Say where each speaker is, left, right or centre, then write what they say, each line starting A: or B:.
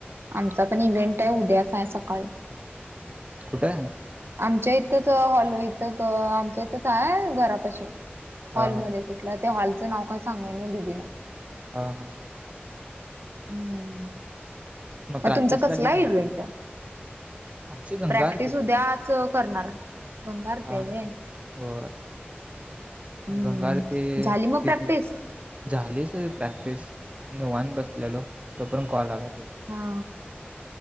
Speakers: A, on the right; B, on the right.
A: आमचा पण इव्हेंट आहे, उद्याचा सकाळी.
B: कुठय?
A: आमच्या इथंच हॉल इथ आमच्या इथंच हाय घरापाशी हॉलमध्ये
B: हा हा
A: त्या हॉलचं नाव काय सांगेना दिदीनं.
B: हा हा.
A: हम्म, मग
B: प्रॅक्टिस
A: तुमचा कसलाय
B: झाली का नाही
A: इव्हेंट?
B: तुमची आमची गंगा
A: प्रॅक्टिस
B: आरतीच
A: उद्याच
B: आहे
A: करणारे. गंगा <unintelligible>
B: हा
A: व्हय.
B: हा. होय,
A: हम्म
B: मग गंगा
A: झाली मग
B: <unintelligible>
A: प्रॅक्टिस
B: झालीचे प्रॅक्टिस निवांत बसलेलो, तोपर्यंत कॉल आला तुझं.
A: हा.